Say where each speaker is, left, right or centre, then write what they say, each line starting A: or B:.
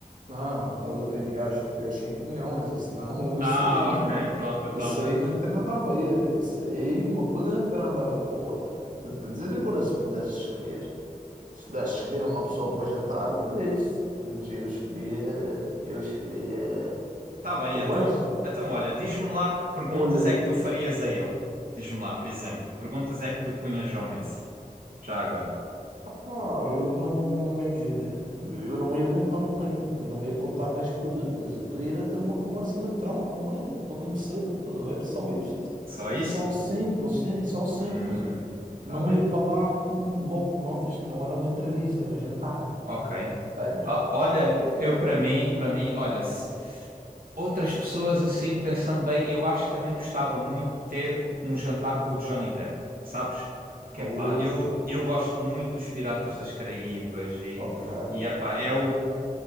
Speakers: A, on the right; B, on the right.
A: não, estás a brincar, acho que 5 milhões, isso não,
B: Ah,
A: <laughs> isso aí não.
B: ok, pronto, então,
A: Isso aí
B: então.
A: não tem nada a ver. Isso aí uma coisa não tem nada a ver com a outra. estou a dizer agora, se pudesse escolher, se pudesse escolher uma pessoa para jantar, era isso. Mas Eu escolhia, eu escolhia
B: Tá bem,
A: o
B: então,
A: beijo.
B: então olha, diz-me lá que perguntas
A: Olha,
B: é que tu farias a ele. Diz-me lá, por exemplo, que perguntas é que tu punhas ao Messi? Já agora.
A: apá, eu não imagina, eu não ia contar o tempo, eu não ia contar as perguntas. Eu queria era ter uma conversa natural com ele, para conhecê-lo, estás a ver? Só isto.
B: Só isso?
A: Só simples, sim, só simples.
B: Hum, tá
A: Não
B: bem.
A: ia para lá com um bloco de notas que não era uma entrevista, é um jantar,
B: Ok.
A: sabes?
B: Ah, olha, eu para mim, para mim, olha, se outras pessoas assim, pensando bem, eu acho que também gostava muito de ter um jantar com o Johnny Depp, sabes? Porque,
A: Oi,
B: epá, eu, eu gosto muito dos Piratas das Caraíbas e,
A: ok.
B: e epá, é, o,